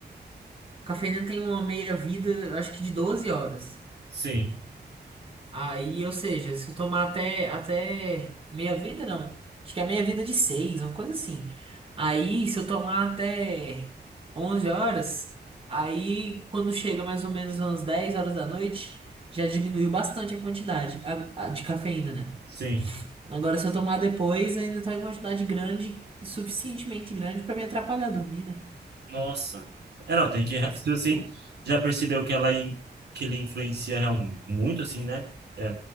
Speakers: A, on the right (about 30°); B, on the right (about 70°).
A: A cafeína tem uma meia-vida, eu acho que de 12 horas.
B: Sim,
A: Aí, ou seja, se eu tomar até, até meia vida, não. Acho que é meia vida de seis, uma coisa assim. Aí, se eu tomar até 11 horas, aí quando chega mais ou menos umas 10 horas da noite, já diminuiu bastante a quantidade a- a de cafeína, né?
B: sim.
A: Agora, se eu tomar depois, ainda tá em quantidade grande, e suficientemente grande pra me atrapalhar a dormir, né?
B: Nossa. É, não, tem que.
A: Mas,
B: Se você
A: pô,
B: já percebeu que ela in- que ele influencia real- muito, assim, né? É,